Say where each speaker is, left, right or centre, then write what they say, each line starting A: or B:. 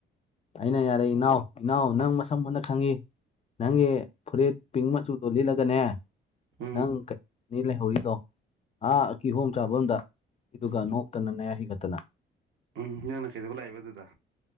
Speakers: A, on the left (about 35°); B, on the right (about 70°).
A: ꯑꯩꯅ ꯌꯥꯔꯦ ꯏꯅꯥꯎ ꯏꯅꯥꯎ ꯅꯪ ꯃꯁꯝ ꯃꯟꯅ ꯈꯪꯉꯤ ꯅꯪꯒꯤ ꯐꯨꯔꯤꯠ ꯄꯤꯡ ꯃꯆꯨꯗꯣ ꯂꯤꯠꯂꯒꯅꯦ
B: ꯎꯝ
A: ꯅꯪ ꯀꯅꯤ ꯂꯩꯍꯧꯔꯤꯗꯣ ꯑꯥ ꯀꯤꯍꯣꯝ ꯆꯥꯐꯝꯝꯗ ꯑꯗꯨꯒ ꯅꯣꯛꯇꯅ ꯅꯌꯥ ꯍꯤꯡꯒꯠꯇꯅ
B: ꯎꯝ ꯅꯪꯅ ꯀꯩꯗꯧꯕ ꯂꯥꯛꯏꯕ ꯑꯗꯨꯗ